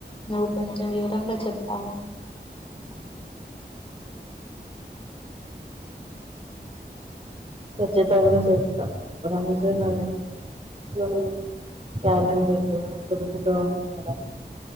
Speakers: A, on the left; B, on the right.
A: నవు కొంచెం వివరంగా చెబుతావా
B: <inaudible> కచ్చితంగ చేత. రంజన్ అనేది కాలి క్యాలెండర్ల అప్పుడు ఇంకా నెల